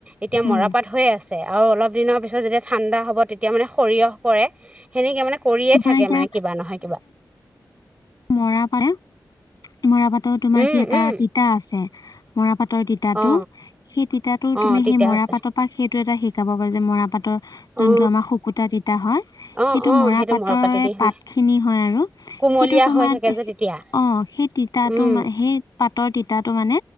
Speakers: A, on the right; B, on the left.
A: এতিয়া
B: উম,
A: মৰাপাট হৈ আছে। আৰু অলপ দিনৰ পিছত যেতিয়া ঠাণ্ডা হ'ব তেতিয়া মানে সৰিয়হ কৰে। সেনেকে মানে কৰিয়ে
B: তোমাৰ
A: থাকে
B: এতিয়া
A: মানে কিবা নহয় কিবা।
B: মৰাপাটে, মৰাপাটৰো তোমাৰ
A: উম
B: কি এটা
A: উম
B: তিতা আছে, মৰাপাটৰ তিতা তিতাটো,
A: অ
B: সেই তিতাটো
A: অ
B: তুমি
A: তিতা
B: সেই মৰাপাটৰ
A: আছে
B: পৰা সেইটো এটা শিকাব পাৰা যে মৰাপাটৰ
A: অ
B: যোনটো আমাৰ শুকুতা তিতা হয়
A: অ
B: সেইটো
A: অ
B: মৰাপাটৰে
A: মৰাপাতেদি
B: পাতখিনি
A: হয়
B: হয়, আৰু
A: কুমলীয়া
B: সেইটো তোমাৰ
A: হৈ থাকে যে তেতিয়া
B: অ', সেই তিতা
A: উম
B: তোমাৰ সেই পাতৰ তিতাটো মানে